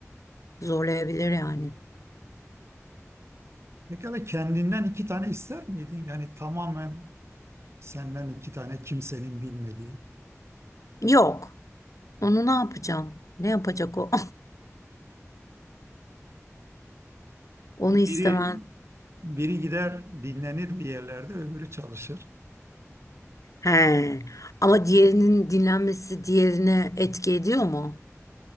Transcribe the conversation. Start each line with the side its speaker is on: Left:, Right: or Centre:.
Left: zorlayabilir yani.
Right: pekala kendinden iki tane ister miydin? Yani tamamen senden iki tane kimsenin bilmediği.
Left: Yok onu ne yapacağım ne yapacak o <laughs> onu istemez.
Right: Biri Biri gider dinlenir bir yerlerde, öbürü çalışır.
Left: He. Ama diğerinin dinlenmesi diğerine etki ediyor mu?